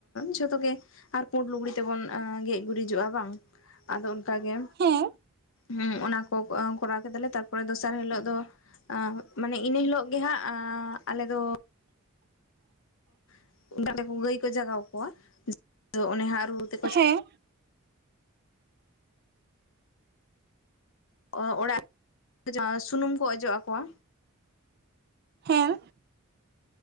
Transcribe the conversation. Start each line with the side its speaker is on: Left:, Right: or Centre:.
Left: ᱡᱷᱚᱛᱚ ᱜᱮ ᱟᱨ ᱯᱳᱸᱰ ᱞᱩᱜᱽᱲᱤ ᱛᱮᱵᱚᱱ ᱜᱮᱡ ᱜᱩᱨᱤᱡᱚᱜᱼᱟ ᱵᱟᱝ? ᱟᱫᱚ ᱚᱱᱠᱟᱜᱮ
Right: ᱦᱮᱸ
Left: ᱦᱩ ᱚᱱᱟ ᱠᱚ ᱠᱚᱨᱟᱣ ᱠᱮᱫᱟᱞᱮ ᱛᱟᱨᱯᱚᱨᱮ ᱫᱚᱥᱟᱨ ᱦᱤᱞᱳᱜ ᱫᱚ ᱢᱟᱱᱮ ᱤᱱᱟᱹ ᱦᱤᱞᱳᱜ ᱜᱮ ᱦᱟᱸᱜ ᱟᱞᱮᱫ ᱫᱚ
Right: <unintelligible>
Left: <inaudible> ᱜᱟᱹᱭ ᱠᱚ ᱡᱟᱜᱟᱣ ᱠᱚᱣᱟ ᱚᱱᱮ ᱦᱟᱸᱜ ᱨᱩ ᱨᱩ ᱛᱮ ᱠᱚ
Right: ᱦᱮᱸ
Left: ᱚ ᱚᱲᱟᱜ ᱥᱩᱱᱩᱢ ᱠᱚ ᱚᱡᱚᱜ ᱟᱠᱚᱣᱟ᱾
Right: ᱦᱮᱸ